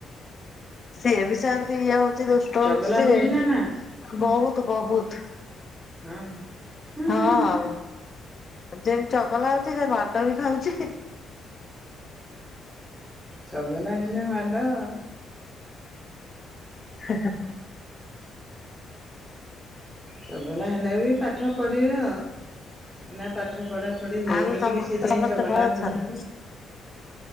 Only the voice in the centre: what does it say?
ଚଗଲା
ନା ନା?
ହୁଁ।
ହୁଁ
ଚଗଲା ହେଲେ ମାଡ଼ ଆଉ -
ଚଗଲା ହେଲେ ବି ପାଠ ପଢିବେ ଏଇନା ପାଠ ପଢା ପଢି ହେଇନି
ଟିକେ ସେଇଥିପାଇଁ
ଚଗଲା
ହଉଛନ୍ତି।